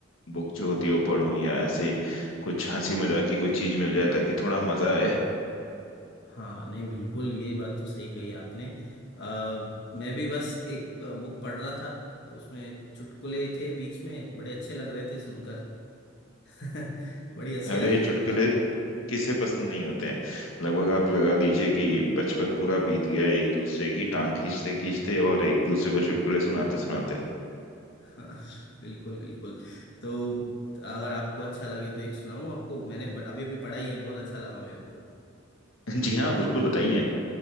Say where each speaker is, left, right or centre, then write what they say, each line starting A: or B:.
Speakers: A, on the left; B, on the left.
A: बुक जो होती है वो पढूं या ऐसे ही कुछ हंसी मजाक की कोई चीज मिल जाए ताकि थोड़ा मजा आए
B: हाँ नहीं बिल्कुल ये बात तो सही कही आपने अ, मैं भी बस एक बुक पढ़ रहा था तो उसमें चुटकुले थे बीच में बड़े अच्छे लग रहे थे सुनकर <laughs> बड़ी हंसी
A: अरे
B: आ रही थी
A: चुटकुले
B: मतलब
A: किसे पसंद नहीं होते हैं लगभग आप लगा लीजिए कि बचपन पूरा बीत गया एक दूसरे की टांग खींचते खींचते और एक दूसरे को चुटकुले सुनाते सुनाते
B: हाँ बिल्कुल बिल्कुल तो अगर आपको अच्छा लगे तो एक सुनाऊं आपको मैंने ब- अभी अभी पढ़ा ही है बहुत अच्छा लगा मेरे को
A: <laughs> जी हाँ बिल्कुल बताइए